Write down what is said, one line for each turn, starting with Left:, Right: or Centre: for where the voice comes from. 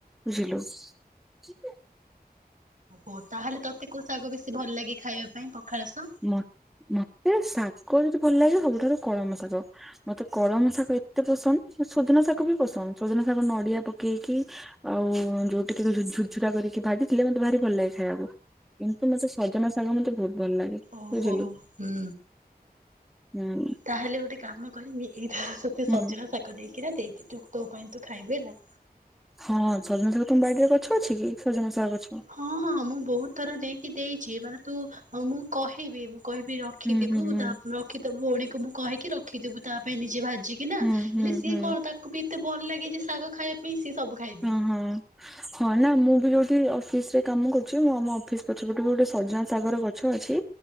Centre: ବୁଝିଲୁ ସୁ
Right: ଓ ତାହେଲେ ତତେ କୋଉ ଶାଗ ବେଶୀ ଭଲ ଲାଗେ ଖାଇବା ପାଇଁ ପଖାଳ ସହ
Centre: ମ ମତେ ଶାଗ ଯଦି ଭଲ ଲାଗେ ସବୁଠାରୁ କଳମ ଶାଗ ମତେ କଳମ ଶାଗ ଏତେ ପସନ୍ଦ୍ ସଜନା ଶାଗ ବି ପସନ୍ଦ ସଜନା ଶାଗ ନଡ଼ିଆ ପକେଇକି ଆଉ ଯୋଉ ଟିକିକୁ ଝୁ ଝୁଝୁରା କରି କି ଭାଜିଥିଲେ ମତେ ଭାରି ଭଲ ଲାଗେ ଖାଇବାକୁ କିନ୍ତୁ ମତେ ସଜନା ଶାଗ ମତେ ବୋହୁତ ଭଲ ଲାଗେ।
Right: ଓହୋ
Centre: ବୁଝିଲୁ
Right: ହୁଁ।
Centre: ହୁଁ।
Right: ତାହେଲେ ଗୋଟେ କାମ କରିମି ଏଇଥର ତତେ
Centre: ହୁଁ
Right: ସଜନା ଶାଗ ଦେଇକିନା ଦେବି ତୁ ତୋ ପାଇଁ ତୁ ଖାଇବୁ ହେଲା।
Centre: ହଁ ସଜନା ସାଗ ତମ ବାଡି ରେ ଗଛ ଅଛି କି? ସଜନା ସାଗ ଗଛ?
Right: ହଁ ହଁ ମୁଁ ବହୁତ ଥର ଦେଇକି ଦେଇଛି ।ମାନେ ତୁ, ମୁଁ କହିବି କହିବି ରଖିଥିବୁ।
Centre: ହୁଁ ହୁଁ ହୁଁ
Right: ତା ରଖିଥବୁ, ଉଣୀକୁ ମୁଁ କହିକି ରଖିଥିବୁ। ତା ପାଇଁ ନିଜେ ଭାଝି ଚିକିନା,
Centre: ହୁଁ ହୁଁ
Right: ହେଲେ ସିଏ
Centre: ହୁଁ
Right: କଣ, ତାକୁ ବି ଏତେ ଭଲ ଲାଗେ ନା ଯେ ଶାଗ ଖାଇବା ପାଇଁ। ସବୁ ଖାଇଦିଏ।
Centre: ହଁ ହଁ। ହଁ ନା ମୁଁ ବି ଯୋଉଠି ଅଫିସ ରେ କାମ କରୁଛି, ମୁଁ ଆମ ଫ୍ରିଜ୍‌ ପଛପଟକୁ ଗୋଟେ ସଜାନା ସାଗର ଗ ଛ ଅଛି,